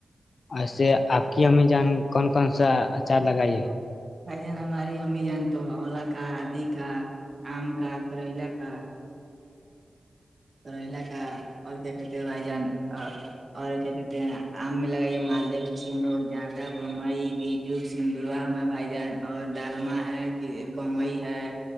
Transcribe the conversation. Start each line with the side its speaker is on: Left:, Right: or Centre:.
Left: ایسے آپ کی امی جان کون کون سا اچار لگائیے
Right: بھائی جان ہماری امی جان تو اولا کا آدی کا آم کا کریلا کا کریلا کا اور کیا کہتے بھائی جان اور کیا کہتے ہیں آم میں لگای مالد کشن بھوگ جاردہ بمبئی بیج جگ سندا میں بھائی جان اور ڈالما ہے کہ بمبئی ہے